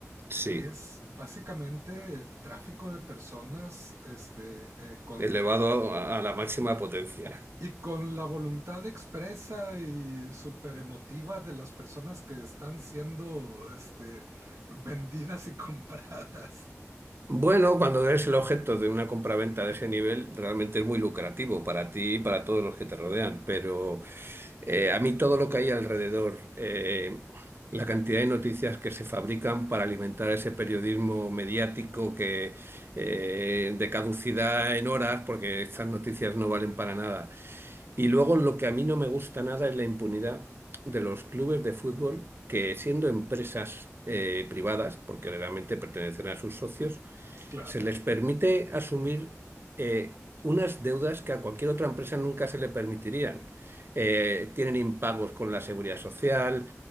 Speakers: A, on the right; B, on the right.
A: Sí.
B: que es básicamente tráfico de personas este, eh, con,
A: elevado a, a la máxima potencia.
B: y con la voluntad expresa y súper emotiva de las personas que están siendo este, vendidas y <laughs> compradas.
A: Bueno, cuando eres el objeto de una compraventa de ese nivel, realmente es muy lucrativo para ti y para todos los que te rodean, pero eh, a mí todo lo que hay alrededor, eh, la cantidad de noticias que se fabrican para alimentar ese periodismo mediático que eh, de caducidad en horas, porque estas noticias no valen para nada. Y luego lo que a mí no me gusta nada es la impunidad de los clubes de fútbol que siendo empresas eh, privadas, porque realmente pertenecen a sus socios,
B: Claro.
A: se les permite asumir eh, unas deudas que a cualquier otra empresa nunca se le permitirían. Eh, tienen impagos con la seguridad social,